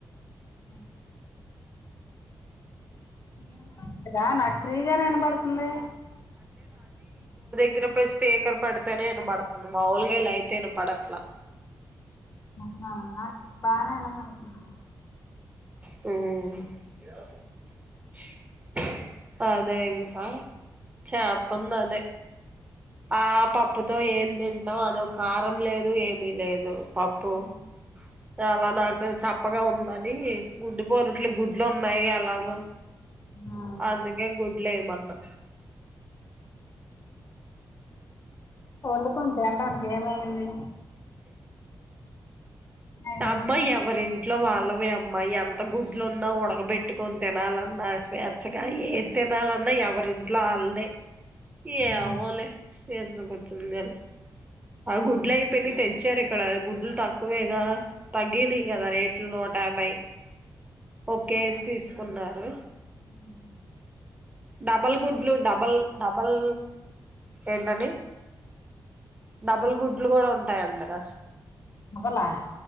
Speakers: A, on the left; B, on the right.
A: బ ననబడ కదా నాకు ఫ్రీగానే వినబడుతుంది
B: దగ్గరయి స్పీకర్ పెడితేనే నన పడుతును మాములుగాలా అయితేన పడట్లా
A: అ నా బానే వినపడుతుంది
B: ఆ అదే ఇంకా చాత్తంది అదే ఆ పాప్పుతో ఏ తింటావు అదో కారం లేదు ఏమిీ లేదు పప్పు
A: ఆ
B: చాలా నాకు చప్పగా ఉంది గుడ్డు పోరుట్లు గుడ్లు ఉన్నాయి ఎలాగో
A: ఆ!
B: అందుకే గుడ్ ఏమన్నా
A: వండుకుని తడానికి ఏమైంది ఉన్నాయి కదా
B: అబ్బాయి ఎవరీ ఇంట్లో వాళ్ళవే అమ్మాయి ఎంత గుడ్లు ఉన్నా ఉడగబెట్టుకొని తినాలన్నా స్వేచ్ఛగా ఏ తినాలన్నా ఎవరింట్లో వాళ్లే
A: ఆ
B: ఏమో లే ఎందుకు ఒచ్చింది లే ఆ గుడ్లు అయిపోయినా తెచ్చారు ఇక్కడ గుడ్లు తక్కువేగా తగ్గింది కదా రేట్లు యాభై ఓకే కున్నారు
A: హమ్
B: డబల్ గుడ్లు డబల్ డబల్ ఏంటని డబుల్ గుడ్లు కూడా ఉంటాయి అంటగా
A: అవ్వలా